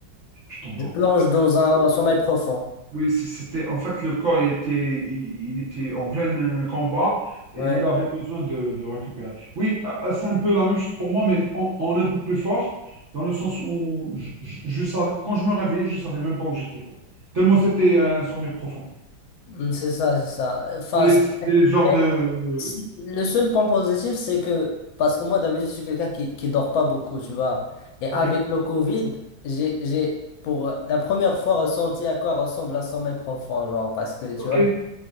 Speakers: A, on the right; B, on the left.
A: Tu t'endors.
B: je plonge dans un sommeil profond.
A: Oui, c- c'était en fait le corps, il était, il, il était en plein euh, combat
B: Ouais.
A: et il avait besoin de, de récupérer. Oui, ah, ah, c'est un peu la même chose pour moi, mais en, en un peu plus fort, dans le sens où je, je- je savais, quand je me réveillais, je savais même pas où j'étais, quoi. Tellement c'était un sommeil profond.
B: Hmm, C'est ça, c'est ça. Enfin,
A: Et
B: c'est-
A: c'est des genres
B: mais
A: de.
B: c'est- le seul point positif, c'est que, parce que moi, d'habitude, je suis quelqu'un qui, qui dort pas beaucoup, tu vois. Et avec
A: Ok.
B: le Covid, j'ai, j'ai, pour la première fois, ressenti à quoi ressemble un sommeil profond, genre, parce que, tu
A: Ok,
B: vois.